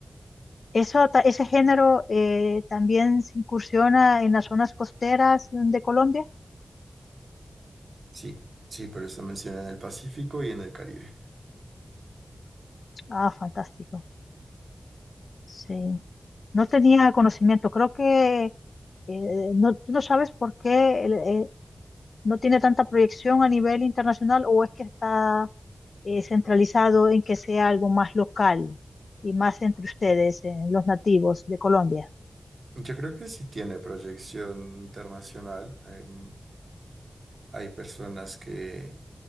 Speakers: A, on the left; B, on the right.
A: Eso, ta- ese género eh, también se incursiona en las zonas costeras de Colombia.
B: Sí, sí, por eso mencioné en el Pacífico y en el Caribe.
A: Ah, fantástico. Sí. No tenía conocimiento. Creo que eh, no, tú no sabes por qué el- eh, no tiene tanta proyección a nivel internacional o es que está eh, centralizado en que sea algo más local y más entre ustedes, eh, los nativos de Colombia.
B: Yo creo que sí tiene proyección internacional. em, hay personas que,